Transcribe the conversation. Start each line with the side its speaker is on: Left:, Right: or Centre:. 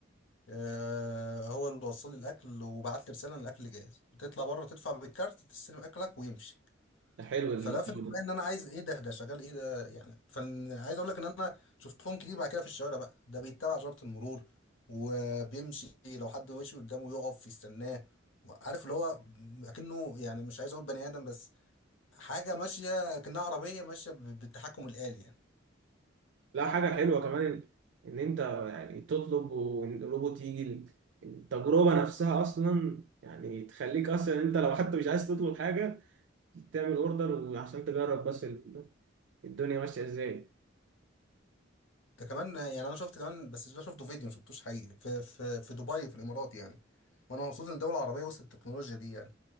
Left: آه هو اللي وصل لي الاكل وبعت لي رساله ان الاكل جاهز بتطلع بره تدفع بالكارت تستلم اكلك ويمشي
Right: ده حلو الجيل
Left: فلفت انتباهي
Right: ده
Left: ان انا عايز ايه ده ده شغال ايه ده يعني فعايز اقول لك ان انا شفتهم كتير بعد كده في الشوارع بقى ده بيتبع اشاره المرور وبيمشي لو حد ماشي قدامه يقف يستناه عارف اللي هو اكنه يعني مش عايز اقول بني ادم بس حاجه ماشيه كأنها عربيه ماشيه ب- بالتحكم الآلي يعني
Right: لا حاجة حلوة كمان إن إن أنت يعني تطلب وإن الروبوت يجي التجربة نفسها أصلا يعني تخليك أصلا أنت لو حتى مش عايز تطلب حاجة تعمل أوردر وعشان تجرب بس ال- الدنيا ماشية إزاي
Left: ده كمان يعني انا شفت كمان بس ده شفته فيديو ما شفتوش حقيقي في في في دبي في الامارات يعني وانا مبسوط ان الدول العربيه وصلت التكنولوجيا دي يعني